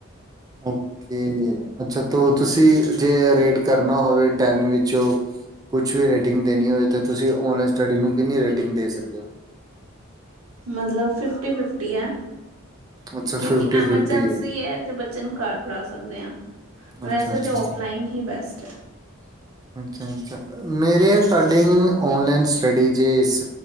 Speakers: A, on the right; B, on the right.
A: ਓਕੇ ਅੱਛਾ ਤ ਤੁਸੀਂ ਜੇ ਰੇਟ ਕਰਨਾ ਹੋਵੇ ਟੈਨ ਚੋ ਕੁਛ ਵੀ ਰੇਟਿੰਗ ਦੇਣੀ ਹੋਵੇ ਤਾਂ ਤੁਸੀਂ ਔਨਲਾਈਨ ਸਟੱਡੀ ਨੂੰ ਕਿੰਨੀ ਰੇਟਿੰਗ ਦੇ ਸਕਦੇ ਹੋ?
B: ਮਤਲਬ ਫਿਫਟੀ-ਫਿਫਟੀ ਹੈ
A: ਅੱਛਾ ਫਿਫਟੀ
B: ਕਿਉਂਕਿ
A: ਫਿਫਟੀ
B: ਐਮਰਜੈਂਸੀ
A: ਹੈ
B: ਏ ਅਤੇ ਬੱਚੇ ਨੂੰ ਘਰ ਪੜ੍ਹਾ ਸਕਦੇ ਹਾਂ। ਵੈਸੇ
A: ਅੱਛਾ-ਅੱਛਾ।
B: ਤਾਂ ਔਫਲਾਈਨ ਹੀ ਬੈਸਟ ਹੈ
A: ਅੱਛਾ-ਅੱਛਾ ਮੇਰੇ ਅਕੋਡਿੰਗ ਓਨਲਾਈਨ ਸਟਡੀ ਜੇ